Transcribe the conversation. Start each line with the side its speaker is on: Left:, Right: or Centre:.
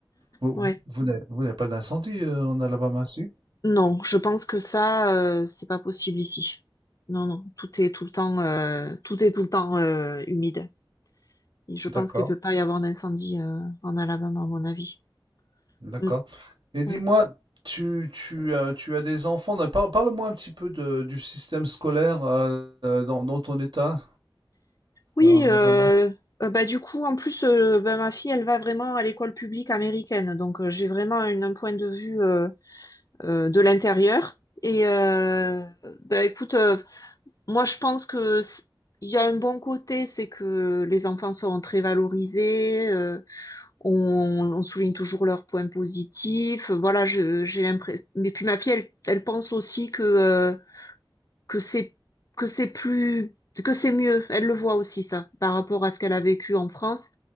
Right: Vous,
Left: Ouais.
Right: vous n'avez vous n'avez pas d'incendie euh, en Alabama, si?
Left: Non, je pense que ça, euh, c'est pas possible ici. Non, non, tout est tout le temps, euh, tout est tout le temps euh, humide. Et je pense
Right: D'accord.
Left: qu'il peut pas y avoir d'incendie euh, en Alabama, à mon avis.
Right: D'accord.
Left: Mm,
Right: Et dis-moi,
Left: ouais.
Right: tu, tu, euh, tu as des enfants. non, par- Parle-moi un petit peu de- du système scolaire euh, euh, dans, dans ton état,
Left: Oui,
Right: en Alabama.
Left: euh, euh, bah du coup, en plus, euh, bah, ma fille, elle va vraiment à l'école publique américaine, donc euh, j'ai vraiment une- un point de vue euh, euh, de l'intérieur. Et euh, bah écoute, euh, moi, je pense que c- il y a un bon côté, c'est que les enfants seront très valorisés. euh, On, on souligne toujours leurs points positifs. Voilà, je- j'ai l'impression. Mais puis ma fille, elle, elle pense aussi que euh, que c'est que c'est plus que c'est mieux. Elle le voit aussi ça par rapport à ce qu'elle a vécu en France.